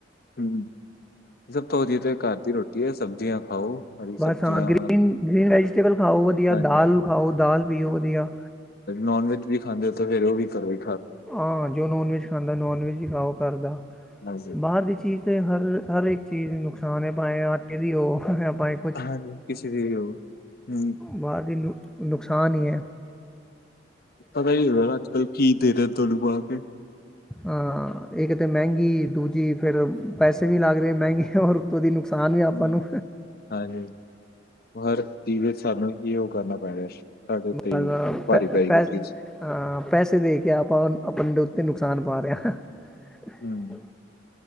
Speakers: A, on the left; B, in the centre.
A: ਹੂੰ, ਸਭ ਤੋਂ ਵਧੀਆ 'ਤੇ ਘਰ ਦੀ ਰੋਟੀ ਏ ਸਬਜ਼ੀਆਂ। ਖਾਓ ਹਰੀ
B: ਬਸ
A: ਸਬਜ਼ੀਆਂ
B: ਹਾਂ ਗ੍ਰੀ ਨ, ਗ੍ਰੀਨ ਵੈਜੀਟੇਬਲ ਖਾਓ,। ਵਧੀਆ
A: ਹਾਂਜੀ
B: ਦਾਲ ਖਾਓ, ਦਾਲ ਪੀਓ ਵਧੀਆ।
A: ਨੋਨ ਵੈਜ ਵੀ ਖਾਂਦੇ ਓ 'ਤੇ ਫੇਰ ਉਹ ਵੀ ਘਰੋ ਈ।
B: ਹਾਂ, ਜੋ ਨੋਨ ਵੈਜ ਖਾਂਦਾ ਨੋਨ ਵੈਜ ਵੀ ਖਾਓ ਘਰਦਾ,
A: ਹਾਂਜੀ
B: ਬਾਹਰ ਦੀ ਚੀਜ਼ ਦੇ ਹਰ- ਹਰ ਇੱਕ ਚੀਜ਼ ਨੁਕਸਾਨ ਏ, ਭਾਏ ਆਟੇ ਦੀ ਹੋ ਭਾਏ
A: ਹਾਂਜੀ ਕਿਸੇ ਦੀ ਵੀ ਹੋਵੇ, ਹੂੰ।
B: ਬਾਹਰ ਦੀ ਨੂ ਨੁਕਸਾਨ ਈ ਐ।
A: ਪਤਾ ਈ ਹੈਗਾ ਨਾ ਅੱਜ-ਕੱਲ੍ਹ ਕੀ ਦੇ ਰੇ ਤੋਨੂੰ ਪਾ ਕੇ।
B: ਅ ਇੱਕ 'ਤੇ ਮਹਿੰਗੀ, ਦੂਜੀ ਫੇਰ ਪੈਸੇ ਵੀ ਲੱਗ ਰਹੇ ਮਹਿੰਗੇ, ਔਰ ' ਓਹਦੀ ਨੁਕਸਾਨ ਵੀ
A: ਹੂੰ
B: ਆਪਾਂ ਨੂੰ‌।
A: ਹਾਂਜੀ, ਹਰ ਚੀਜ਼ ਵਿੱਚ ਸਾਨੂੰ ਕੀ ਉਹ ਕਰਨਾ ਪੈ ਰਿਹਾ ਸੀ। ਸਾਡੇ ਉੱਤੇ
B: ਪੈ
A: ਈ ਭਾਰੀ ਪੈਗੀ
B: ਪੈ
A: ਉਹ ਚੀਜ਼।
B: ਹਾਂ, ਪੈਸੇ ਦੇ ਕੇ ਆਪਾਂ ਆਪਣੇ ਦੇ ਉੱਤੇ ਨੁਕਸਾਨ ਪਾ ਰੇ ਆਂ। <inaudible>
A: ਹਮ